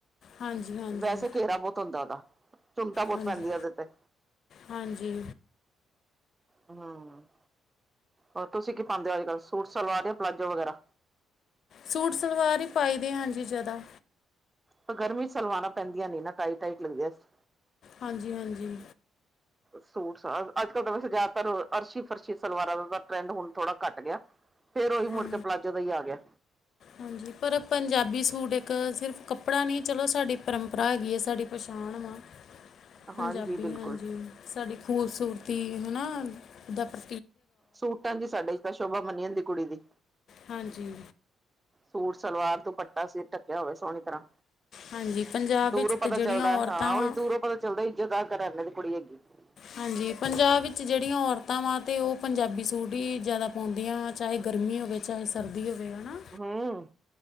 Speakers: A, on the left; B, on the right.
A: ਹਾਂਜੀ ਹਾਂਜੀ
B: ਵੈਸੇ ਘੇਰਾ ਬਹੁਤ ਹੁੰਦਾ ਉਹਦਾ ਚੁੰਣਤਾ ਬਹੁਤ
A: ਹਾਂਜੀ
B: ਪੈਂਦੀਆਂ। ਉਹਦੇ ਤੇ
A: ਹਾਂਜੀ
B: ਹੂੰ ਹੋ ਤੁਸੀਂ ਕੀ ਪਾਉਂਦੇ ਹੋ? ਅੱਜ ਕੱਲ੍ਹ ਸੂਟ ਸਲਵਾਰ ਜਾਂ ਪਲਾਜ਼ੋ ਵਗੈਰਾ।
A: ਸੂਟ ਸਲਵਾਰ ਹੀ ਪਾਈ ਦੇ। ਹਾਂਜੀ ਜਿਆਦਾ
B: ਪਰ ਗਰਮੀ ਚ ਸਲਵਾਰਾਂ ਪੈਂਦੀਆਂ ਨਈ ਨਾ ਟਾਈਟ ਟਾਈਟ ਲੱਗਦੀਆਂ ਜੇ।
A: ਹਾਂਜੀ ਹਾਂਜੀ
B: ਸੂਟ ਸਾਟ ਅੱਜ ਕਲ ਤਾਂ ਵੈਸੇ ਜ਼ਿਆਦਾਤਰ ਅਰਸ਼ੀ- ਫਰਸ਼ੀ ਸਲਵਾਰਾਂ ਦਾ ਟਰੈਂਡ ਹੁਣ ਥੋੜਾ ਘੱਟ ਗਿਆ। ਫੇਿਰ ਉਹੀ
A: ਹਾਂ
B: ਮੁੜਕੇ ਪਲਾਜੋ ਦਾ ਹੀ ਆ ਗਿਆ।
A: ਹਾਂਜੀ। ਪਰ ਪੰਜਾਬੀ ਸੂਟ ਇੱਕ ਸਿਰਫ ਕੱਪੜਾ ਨਹੀਂ। ਚਲੋ ਸਾਡੀ ਪਰੰਪਰਾ ਹੈਗੀ ਹੈ। ਸਾਡੀ ਪਛਾਣ- ਆਣਾਮ <unintelligible> <unintelligible> ਪੰਜਾਬੀ
B: ਹਾਂਜੀ ਬਿਲਕੁਲ।
A: ਹਾਂਜੀ, ਸਾਡੀ ਖੂਬਸੂਰਤੀ ਹਨਾ ਦਾ ਪ੍ਰ
B: ਸੂਟਾਂ 'ਚ ਸਾਡੇ ਇੰਚ ਤਾਂ ਸ਼ੋਭਾ ਮੰਨੀ ਜਾਂਦੀ ਕੁੜੀ ਦੀ।
A: ਹਾਂਜੀ।
B: ਸੂਟ ਸਲਵਾਰ ਦੁਪੱਟਾ ਸਿਰ ਢੱਕਿਆ ਹੋਵੇ। ਸੋਹਣੀ ਤਰ੍ਹਾਂ
A: ਹਾਂਜੀ ਪੰਜਾਬ
B: ਦੂਰੋਂ
A: ਵਿੱਚ ਤਾਂ
B: ਪਤਾ
A: ਜਿਹੜੀਆਂ
B: ਚੱਲਦਾ
A: ਔਰਤਾਂ
B: ਹਾਂ।
A: ਵਾ
B: ਉਹੀ ਦੂਰੋਂ ਪਤਾ ਚੱਲਦਾ, ਇੱਜਤਦਾਰ ਘਰਾਂ ਦੀ ਵੀ ਕੁੜੀ ਹੈਗੀ ਏ।
A: ਹਾਂਜੀ। ਪੰਜਾਬ ਵਿੱਚ ਜਿਹੜੀਆਂ ਔਰਤਾਂ ਵਾ 'ਤੇ ਉਹ ਪੰਜਾਬੀ ਸੂਟ ਹੀ ਜ਼ਿਆਦਾ ਪਾਉਂਦੀਆਂ ਹਾਂ। ਚਾਹੇ ਗਰਮੀ ਹੋਵੇ, ਚਾਹੇ ਸਰਦੀ ਹੋਵੇ। ਹਨਾ
B: ਹੂੰ,